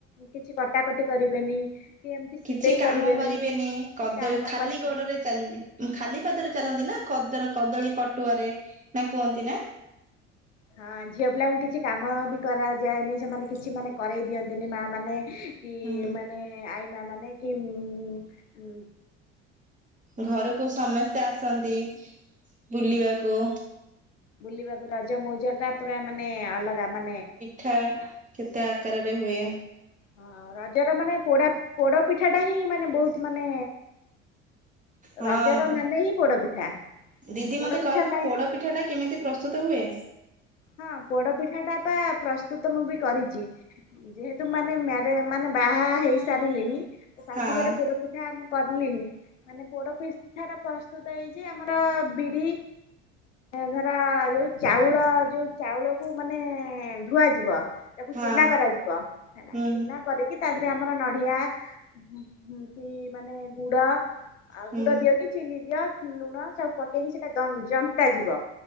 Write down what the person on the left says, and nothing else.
କିଛି କଟାକଟି କରିବେନି। କି ଏମିତି ସିଲେଇ
କିଛି
କାମ
କରିବେ
ହ <inaudible> ହଁ, ଝିଅ ପିଲାଙ୍କୁ କିଛି କାମ ବି କରାଯାଏନି। ସେମାନେ କିଛି ମାନେ କରେଇ ଦିଅନ୍ତିନି ମା ମାନେ। କି
ମାନେ ଆଇମା ମାନେ କି ଉ।
ବୁଲିବାକୁ ରଜ ମଉଜ ଟା ପୁରା ମାନେ ଅଲଗା ମାନେ।
ହଁ, ରଜର ମାନେ ପୋ ପୋଡ ପିଠା ଟା ହିଁ ମାନେ ବହୁତ ମାନେ।
ରଜର ମାନେ ହିଁ ପୋଡପିଠା।
ପୋଡପିଠା
ନାହିଁ
ହଁ, ପୋଡ ପିଠା ଟା ବା ପ୍ରସ୍ତୁତ ମୁଁ ବି କରିଚି। ଯେହେତୁ ମାନେ ମ୍ୟାରେ ମାନେ ବାହା ହେଇସାରିଲିଣି ଶାଶୁ
ଘରେ ପୋଡ ପିଠା। ପିଠା ମୁଁ କଲିଣି। ମାନେ ପୋଡପିଠାର ପ୍ରସ୍ତୁତ ହେଇଚି ଆମର ବିରି। ଧର ଯୋଉ ଚାଉଳ ଯୋଉ ଚାଉଳକୁ ମାନେ ଧୁଆ ଯିବ। ତାକୁ
ଚୁନା କରାଯିବ, ହେଲା
ଚୁନା କରିକି। ତା ଦେହେରେ ଆମର ନଡିଆ କି ମାନେ ଗୁଡ ଆ
ଗୁଡ ଦିଅ କି। ଚିନି ଦିଅ କି ଲୁଣ ସବୁ ପକେଇକି ସେଇଟା ଜନ୍ତା ଯିବ।